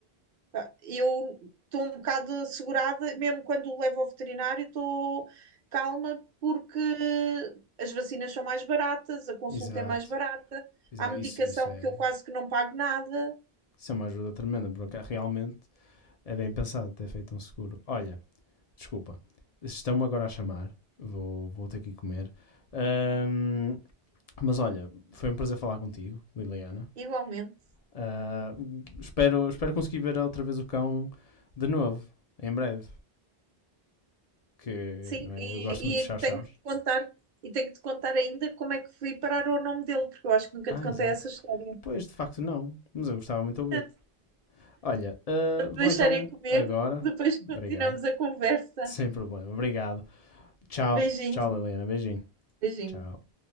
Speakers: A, on the right (about 50°); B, on the left (about 55°).
A: pá, eu estou um bocado assegurada, mesmo quando o levo ao veterinário, estou calma porque as vacinas são mais baratas, a consulta
B: exato,
A: é mais barata,
B: exato.
A: há medicação
B: Isso, isso, é,
A: que eu quase que não pago nada,
B: isso é uma ajuda tremenda, porque realmente é bem pensado ter feito um seguro. Olha, desculpa, estão-me agora a chamar, vou, vou ter que ir comer. Ahm, mas olha, foi um prazer falar contigo, Liliana.
A: igualmente.
B: Ah, espero, espero conseguir ver outra vez o cão de novo, em breve. Que
A: Sim,
B: não é,
A: e,
B: eu gosto muito de
A: e
B: chau-chaus.
A: tenho que te contar, e tenho que te contar ainda como é que fui parar o nome dele, porque eu acho que nunca
B: Ah,
A: te contei
B: exato.
A: essa história.
B: Pois, de facto, não, mas eu gostava muito de ouvir.
A: <laughs>
B: Olha, ah, vou
A: Deixarei
B: então
A: comer,
B: agora.
A: depois continuamos
B: Obrigado.
A: a conversa.
B: <laughs> Sem problema. Obrigado. Tchau.
A: Beijinho,
B: Tchau, Liliana. Beijinho.
A: beijinho.
B: Tchau.